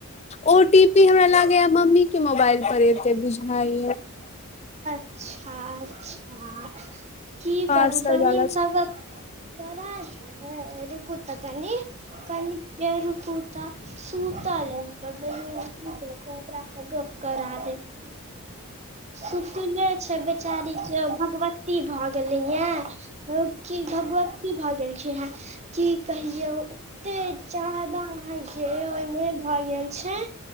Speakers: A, on the left; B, on the right.
A: ओ टी पी हमरा लगैये मम्मी के मोबाइल पर एतै बुझैये।
B: अच्छा अच्छा। की
A: पार्सल
B: करू बहिन
A: वाला
B: सब त बड़ा रुकु त कनी कनिके रुकु त। तऽ सूतल अइ हमर बहिन की कहै छी ओकरा स गप्प करा देब। सुतले छै बेचारीे के भगवती भए गेलैया। ओ की भगवती भऽ गेलखिनहा की कहियौ। एते चादा आहां के ओहिमे भऽ गेल छै।